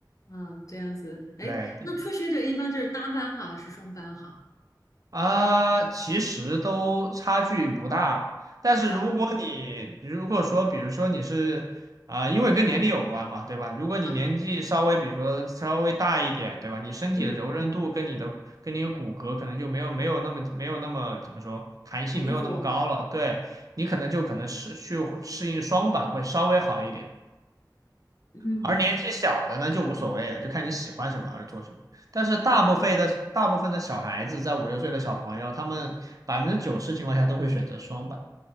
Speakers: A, on the left (about 50°); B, on the right (about 50°).
A: 嗯这样子？哎，
B: 对，
A: 那初学者一般就是单班好还是双班好？
B: 啊，其实都差距不大，但是如果你如果说，
A: 不大
B: 比如说你是啊、因为跟年龄有关嘛，对吧？如果你年纪稍微，
A: 啊，
B: 比如说稍微大一点，对吧？你身体的柔韧度跟你的跟你的骨骼可能就没有没有那么没有那么怎么说弹性没有那么高了，
A: 嗯，灵活，
B: 对你可能就可能适去适应双板会稍微好一点。
A: 嗯。
B: 而年纪小的呢就无所谓了，就看你喜欢什么而做什么。但是大部分的大部分的小孩子，
A: 啊。
B: 在五六岁的小朋友，他们百分之九十情况下都会选择双板。